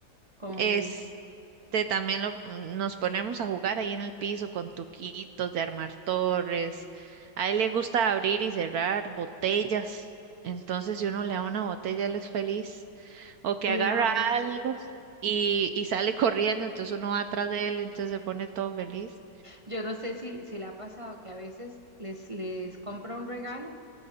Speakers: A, on the right; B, on the right.
A: con
B: este
A: el...
B: también lo, mm, nos ponemos a jugar ahí en el piso con tuquitos de armar torres. A él le gusta abrir y cerrar botellas. Entonces, si uno le da una botella, él es feliz. o que
A: Claro.
B: agarra algo y, y sale corriendo, entonces uno va atrás de él, entonces se pone todo feliz.
A: Yo no sé si, si le ha pasado que a veces les, les compra un regalo,